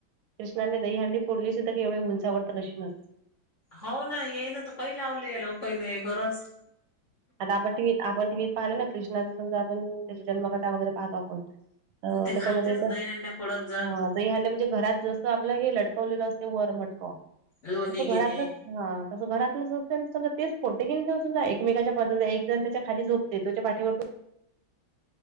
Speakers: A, on the right; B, on the left.
A: कृष्णाने दहीहंडी फोडली अस तर केवढे उंचावरत नशिनच
B: हो ना याईन तर काही लावले लोकहीने गरज
A: आता आपण टीव्हीत आपण हे पाहिलं ना कृष्णाचा समजा आपण त्याची जन्मकथा वगैरे पाहत आपण अ
B: ते
A: त्याच्यामध्ये
B: खालच्याच
A: पण
B: दही अंड्या फोडत जात
A: हा दहीहंडी म्हणजे घरात जसं आपलं हे लटकवलेलं असते वर मटक
B: लोणी
A: तस घरातलं
B: गिणी
A: हा तसं घरातलं समजा तेच फोडते की समजा एकमेकाच्या बाजून एक जण त्याच्या खाली झोपते त्याच्या पाठीवर त